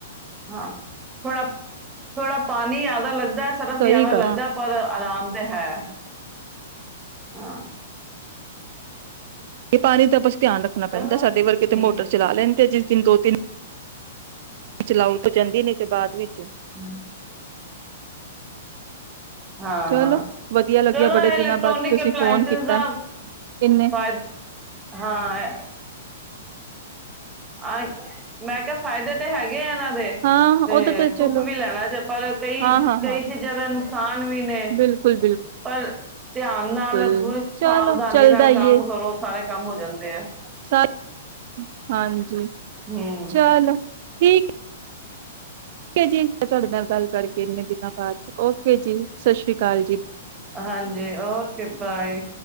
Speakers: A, on the right; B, on the right.
A: ਹਾਂ, ਥੋੜਾ ਥੋੜਾ ਪਾਣੀ ਯਾਦਾ ਲੱਗ ਸਰਫ
B: ਸਹੀ
A: ਜੈਦਾ
B: ਗੱਲ
A: ਲੱਗਦੈ ਪਰ ਆਰਾਮ ਤੇ ਹੈ, ਹਾਂ।
B: ਏ ਪਾਣੀ ਤਪਸ ਧਿਆਨ ਰੱਖਣਾ
A: ਚਲੋ
B: ਪੈਂਦੈ, ਸਾਡੇ
A: ਠੀਕ
B: ਵਰਗੇ ਤੇ ਮੋਟਰ ਚਲਾ ਲੈੰਦੇ ਐ ਜੀ। ਤਿਨਕੋ ਤਿੰਨ ਚਲਾਓ ਤੋਂ ਕੈੰਦੀ ਨੀ ਤੇ ਬਾਦ ਵਿੱ
A: <inaudible> ਹਾਂ
B: ਚਲੋ
A: ਹਾਂ,
B: ਵਧੀਆ ਲੱਗਿਆ
A: ਚਲੋ
B: ਬੜੇ
A: ਐ ਇਲੈਕਟ੍ਰੋਨਿਕ
B: ਦਿਨਾਂ ਬਾਅਦ ਤੁਸੀਂ
A: ਅਪਲਾਇੰਸਿਸ
B: ਫੋਨ ਕੀਤਾ
A: ਦਾ
B: ਇੰਨੇ
A: ਫਾਯ ਹਾਂ ਐ ਆਏ ਮੈਂ ਕਿਆ ਫਾਇਦੇ ਤੇ ਹੈਗ ਗੇ ਐਨਾਂ ਦੇ
B: ਹਾਂ
A: ਤੇ
B: ਉਹਦੇ
A: ਸੁੱਖ
B: ਚਲੋ
A: ਵੀ ਲੈਣਾ ਜੇ ਪਰ ਕਈ
B: ਹਾਂ ਹਾਂ
A: ਕਈ
B: ਹਾਂ
A: ਚੀਜ਼ਾਂ ਦੈ ਨੁਕਸਾਨ ਵੀ ਨੇ,
B: ਬਿਲਕੁਲ
A: ਪਰ ਧਿਆਨ ਨਾਲ
B: ਬਿਲਕੁਲ
A: ਪੂਰੀ ਸਾਵਧਾਨੀ
B: ਚਲੋ ਚੱਲਦਾ
A: ਨਾਲ
B: ਈ
A: ਕੰਮ
B: ਏ
A: ਕਰੋ ਸਾਰੇ ਕੰਮ ਹੋ ਜਾਂਦੇ ਐ।
B: <unintelligible> ਹਾਂਜੀ ਜੀ।
A: ਹੂੰ
B: ਚਲੋ ਠੀਕ ਠੀਕ ਹੈ ਜੀ ਮੈਂ ਤੁਹਾਡੇ ਨਾਲ ਗੱਲ ਕਰਕੇ ਇੰਨੇ ਦਿਨਾਂ ਬਾਦ, ਓਕੇ ਜੀ। ਸਤਿ ਸੀ੍ ਕਾਲ ਜੀ।
A: ਹਾਂਜੀ, ਓਕੇ ਬਾਏ।